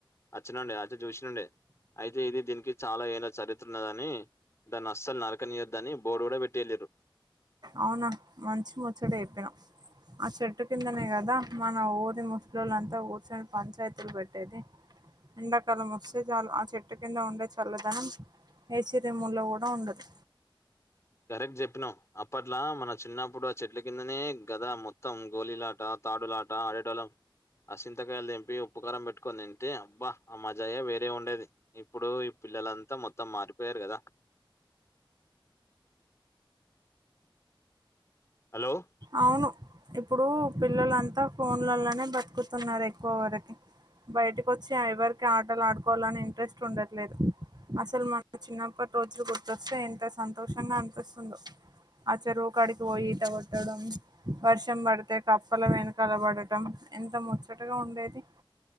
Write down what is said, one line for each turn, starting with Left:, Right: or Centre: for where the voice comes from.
Left: అచ్చినుండె అచ్చి చూసినుండే అయితే ఇది దీనికి చాలా ఏల్లా చరి త్రున్నదని దాన్ని అస్సలు నరకనియద్దు అని బోర్డు కూడా పెట్టి ఎల్లిర్రు
Right: అవునా మంచి ముచ్చట చెప్పినా ఆ చెట్టు కిందనే కదా మన ఊరి ముసలోళ్లంతా కూర్చొని పంచాయతీలు పెట్టేది ఎండాకాలం వస్తే చాలు ఆ చెట్టు కింద ఉండే చల్లదనం ఏసి రూముల్లో కూడా ఉండదు
Left: కరెక్ట్ చెప్పినావ్ అప్పట్లా మన చిన్నప్పుడు ఆ చెట్ల కిందనే గద మొత్తం గోలీలాట తాడులాట ఆడేటోలం ఆసింతకాయలు దెంపి ఉప్పుకారం పెట్టుకొని దింటే అబ్బ ఆ మాజాయే వేరే ఉండేది ఇప్పుడు ఈ పిల్లలంతా మొత్తం మారిపోయారు కదా హలో
Right: అవును ఇప్పుడు పిల్లలంతా ఫోన్లలోనే బతుకుతున్నారు ఎక్కువ వరకి బయటకొచ్చి ఐవరికి ఆటలు ఆడుకోవాలని ఇంట్రెస్ట్ ఉండట్లేదు అసలు మన చిన్నప్పట్రోజులు గుర్తొస్తే ఎంత సంతోషంగా అనిపిస్తుందో ఆ చెరువు కాడికి పోయి ఈత కొట్ ట్టడం వర్షం పడితే కప్పల వెనకాల పడటం ఎంత ముచ్చటగా ఉండేది